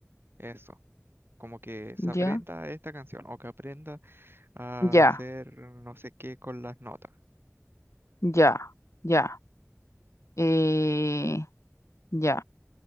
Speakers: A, on the right; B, on the left.
A: eso. Como que se aprenda
B: Ya,
A: esta canción o que aprenda a
B: ya,
A: hacer no sé qué con las notas.
B: ya, ya. eh, ya.